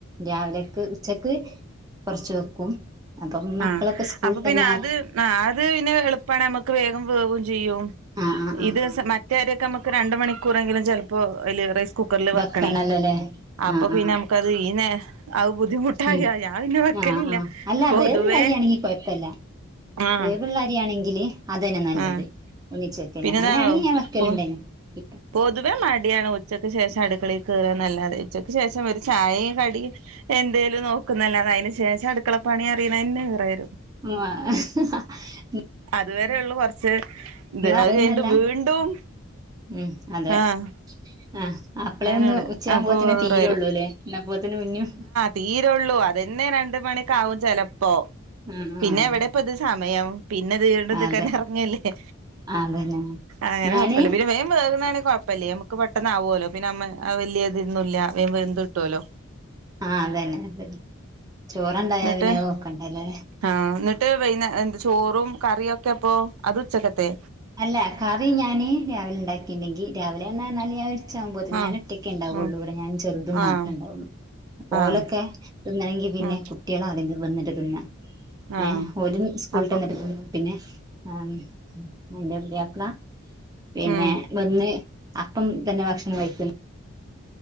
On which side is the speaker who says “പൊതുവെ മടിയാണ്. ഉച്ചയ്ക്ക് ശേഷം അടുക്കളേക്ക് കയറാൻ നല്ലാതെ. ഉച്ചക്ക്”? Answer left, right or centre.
Right